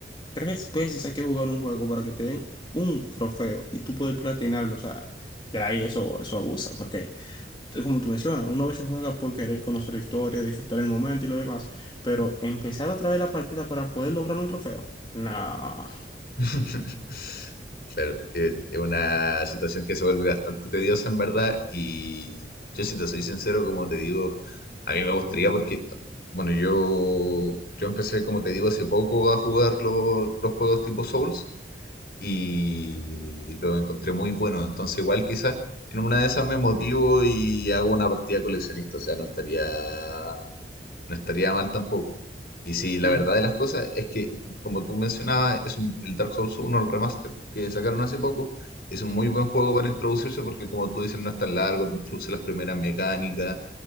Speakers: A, on the left; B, on the left.
A: Tres veces hay que jugar un juego para que te den un trofeo y tú puedes platinarlo, o sea, ya ahí eso, eso abusa, porque entonces, como tú mencionas, uno a veces juega por querer conocer la historia, disfrutar el momento y lo demás, pero empezar otra vez la partida para poder lograr un trofeo. Nah.
B: <laughs> Claro, eh, es una situación que se vuelve bastante tediosa en verdad y yo si te soy sincero, como te digo, a mí me gustaría porque, bueno, yo, yo empecé, como te digo, hace poco a jugar lo- los juegos tipo Souls y lo encontré muy bueno. Entonces, igual quizás en una de esas me motivo y hago una partida coleccionista. O sea, no estaría, no estaría mal tampoco. Y sí, la
A: Mm.
B: verdad de las cosas es que, como tú mencionabas, es un- el Dark Souls uno el remaster que sacaron hace poco, es un muy buen juego para introducirse porque, como tú dices, no es tan largo, te introduce las primeras mecánicas